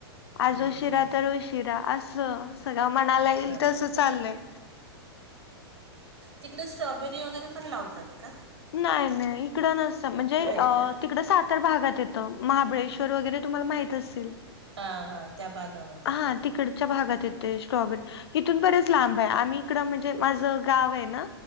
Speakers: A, on the left; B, on the right.
A: आज
B: हं
A: उशिरा
B: हं
A: तर उशिरा असं सगळं मनाला येईल
B: बरोबर
A: तसं चाललंय.
B: तिकडे स्ट्रॉबेरी वगैरे पण लावतात का?
A: नाही नाही इकडं नसतं म्हणजे
B: नाही का?
A: तिकडं सातार भागात येतं महाबळेश्वर वगैरे तुमला माहित असतील.
B: हा हा. त्या भागामध्ये.
A: हा
B: येतं
A: तिकडच्या भागात येत. स्ट्रॉबेरी इथून बरेच लांब आहे. आम्ही इकड म्हणजे माझं गाव आहे ना